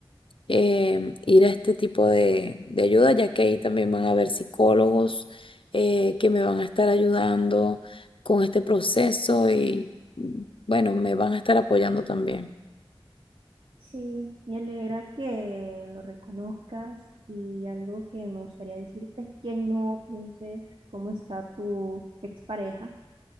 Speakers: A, on the left; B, on the right.
A: em, ir a este tipo de, de ayuda, ya que ahí también van a haber psicólogos eh, que me van a estar ayudando con este proceso y mm, bueno, me van a estar apoyando también.
B: Sí, me alegra que lo reconozcas y algo que me gustaría decirte es que no pienses cómo está tu expareja.